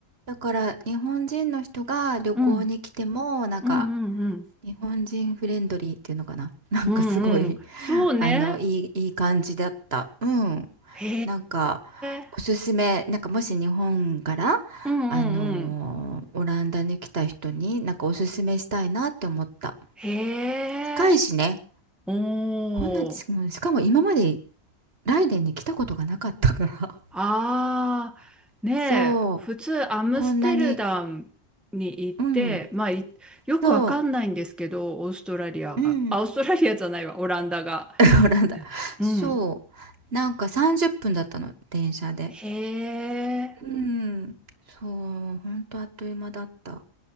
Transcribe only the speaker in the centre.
うん。うんうんうん。
うんうん。そうね。
へ
え。
うんうんうん。
へえ。
おー。
ああ。
ねえ。
普通、アムステルダムに行って、
まあ、いよくわかんないんですけど、
オーストラリアが。
あ、オーストラリアじゃないわ、オランダが。
うん。
へえ。